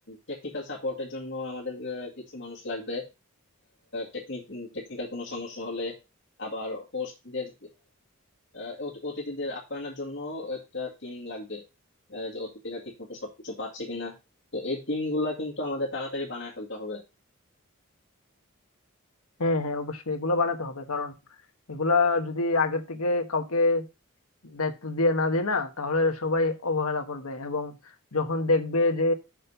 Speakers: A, on the left (about 55°); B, on the left (about 80°).
A: টেকনিক্যাল সাপোর্টের জন্য আমাদের আহ, কিছু মানুষ লাগবে টেকনিক টেকনিক্যাল কোনো সমস্যা হলে আবার হোস্টদের আহ, অত- অতিথিদের আপ্যায়নের জন্য একটা টিম লাগবে আহ, যে অতিথিরা ঠিক মতো সবকিছু পাচ্ছে কিনা তো এই টিম গুলা কিন্তু আমাদের তাড়াতাড়ি বানায় ফেলতে হবে
B: হ্যাঁ হ্যাঁ অবশ্যই এগুলো বানাতে হবে কারণ এগুলা যদি আগের থেকে কাউকে দায়িত্ব দিয়ে না দেয় না তাহলে সবাই অবহেলা করবে এবং যখন দেখবে যে